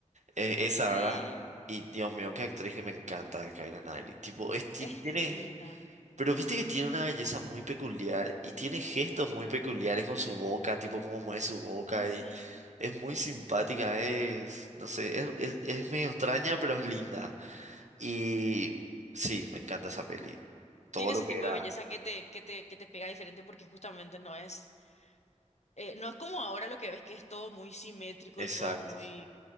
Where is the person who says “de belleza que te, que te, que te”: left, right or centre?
Left